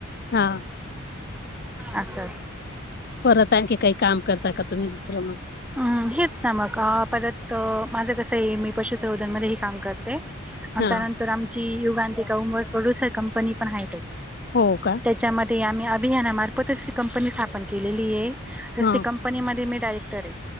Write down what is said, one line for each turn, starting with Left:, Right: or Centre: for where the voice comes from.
Left: हा
Centre: <inaudible> आस् अस
Left: परत आणखी काही काम करता का तुम्ही दुसरं मग.
Centre: हम् हेच ना मग परत माझं कस आहे मी पशुसंवोधन मध्ये ही काम करते. आणि
Left: हा
Centre: त्यानंतर आमची युगांतेका उंबर प्रोड्युसर कंपनी पण आहे ताई.
Left: हो का.
Centre: च्यामध्ये आम्ही अभियानामार्फतच ती कंपनी स्थापन केलेली आहे, तस
Left: हा
Centre: ती कंप कंपनी मध्ये मी डयरेक्टर आहे.